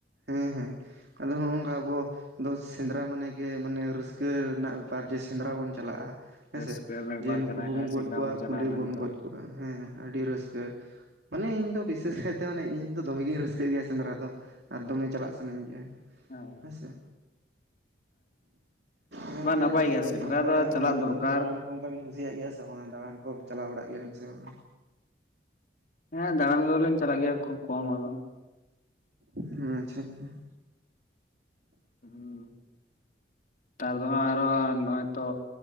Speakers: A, on the right (about 65°); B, on the left (about 50°).
A: ᱦᱮᱸ ᱦᱮᱸ ᱟᱫᱚ ᱦᱚᱝᱠᱟ ᱟᱵᱚ, ᱫᱚ ᱥᱮᱸᱫᱽᱨᱟ ᱢᱟᱱᱮ ᱜᱮ ᱢᱟᱱᱮ ᱨᱟᱹᱥᱠᱟᱹ ᱨᱮᱱᱟᱜ ᱵᱮᱯᱟᱨ ᱡᱮ ᱥᱮᱸᱫᱽᱨᱟ ᱵᱚᱱ ᱪᱟᱞᱟᱜᱼᱟ᱾ ᱦᱮᱸᱥᱮ
B: ᱨᱟᱹᱥᱠᱟᱹ ᱵᱮᱯᱟᱨ
A: ᱡᱮ ᱱᱩᱠᱩ
B: ᱠᱟᱱᱟ
A: ᱠᱚᱵᱚᱱ
B: ᱦᱮᱸ
A: ᱜᱚᱭᱡ
B: ᱥᱮᱸᱫᱽᱨᱟ
A: ᱠᱚᱣᱟ
B: ᱵᱚᱱ ᱪᱟᱞᱟᱜᱼᱟ
A: ᱠᱩᱞᱟᱹᱭ
B: ᱢᱮᱱᱛᱮ
A: ᱵᱚᱱ ᱜᱚᱭᱡ ᱠᱚᱣᱟ ᱦᱮᱸ ᱦᱮᱸ ᱟᱹᱰᱤ ᱨᱟᱹᱥᱠᱟᱹ᱾ ᱢᱟᱱᱮ ᱤᱧ ᱫᱚ ᱵᱤᱥᱮᱥ ᱠᱟᱭᱛᱮ ᱢᱟᱱᱮ ᱤᱧ ᱫᱚ ᱫᱚᱢᱮᱜᱤᱧ ᱨᱟᱹᱥᱠᱟᱹᱜ ᱜᱮᱭᱟ ᱥᱮᱸᱫᱽᱨᱟ ᱫᱚ᱾ ᱟᱨ ᱫᱚᱢᱮ ᱪᱟᱞᱟᱜ ᱥᱟᱱᱟᱧ ᱜᱮᱭᱟ᱾
B: ᱦᱮᱸᱻᱦᱮᱸ
A: ᱦᱮᱸᱥᱮ ᱜᱚᱝᱠᱮ
B: ᱢᱟ ᱱᱟᱯᱟᱭ
A: ᱞᱟᱹᱭᱮᱫ
B: ᱜᱮᱭᱟ
A: ᱛᱟᱦᱮᱱᱤᱧ
B: ᱥᱮᱸᱫᱽᱨᱟ
A: ᱚᱱᱠᱟ
B: ᱫᱚ ᱪᱟᱞᱟᱜ
A: ᱟᱹᱵᱤᱱ
B: ᱫᱚᱨᱠᱟᱨ,
A: ᱫᱟᱬᱟᱱ ᱚᱱᱠᱟ ᱵᱤᱱ ᱠᱩᱥᱤᱭᱟᱜ ᱜᱮᱭᱟ ᱥᱮ ᱵᱟᱝ ᱫᱟᱲᱟᱱ ᱠᱚ ᱪᱟᱞᱟᱣ ᱵᱟᱲᱟᱜ ᱜᱮᱭᱟ ᱵᱮᱱ ᱥᱮ ᱵᱟᱝ᱾
B: ᱦᱮᱸ ᱫᱟᱲᱟᱱ ᱠᱚᱫᱚ ᱞᱤᱧ ᱪᱟᱞᱟᱜ ᱜᱮᱭᱟ ᱠᱷᱩᱵ ᱠᱚᱢ ᱟᱫᱚ᱾
A: ᱦᱩᱸ ᱟᱪᱪᱷᱟᱼᱪᱷᱟ᱾
B: ᱱᱮᱛᱟᱨ ᱫᱚ ᱦᱟᱸᱜ ᱟᱨᱚ ᱱᱚᱜᱼᱚᱭ ᱛᱚ,